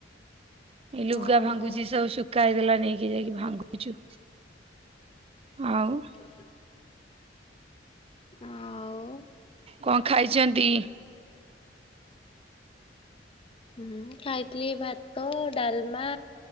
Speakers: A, on the right (about 30°); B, on the left (about 30°).
A: ଏଇ ଲୁଗା
B: ଓହୋ
A: ଭାଙ୍ଗୁଚି ସବୁ ଶୁକୁ ସୁଖାହେଥିଲା ନେଇକି ଯାଇକି ଭାଙ୍ଗୁଛୁ ଆଉ।
B: <inaudible> ଆଉ।
A: କଣ ଖାଇଚନ୍ତି?
B: ହୁଁ ଖାଇଥିଲି ଭାତ ଡ଼ାଲମା